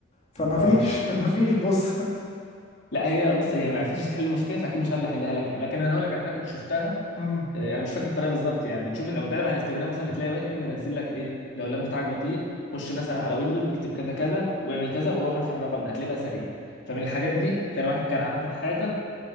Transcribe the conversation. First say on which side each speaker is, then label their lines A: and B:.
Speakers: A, on the left; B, on the left.
A: فما فيش
B: اه
A: <laughs> ما فيش بص
B: لا هي بص هي ما عرفتش تحل المشكله فاكيد مش انا اللي هحلها لك يعني لكن انا هقول لك على حاجه كنت شفتها
A: <laughs> مم.
B: إيه، انا مش فاكر الطريقه بالظبط يعني بتشوف لو بتقلب على انستجرام مثلا بتلاقي واحد منزل لك ايه لو اللاب بتاعك بطيء خش مثلا على ويندوز اكتب كذا كذا واعمل كذا وروح ارفع الرقم ده هتلاقيه بقى سريع فمن الحاجات دي كان واحد كان حاطط حاجه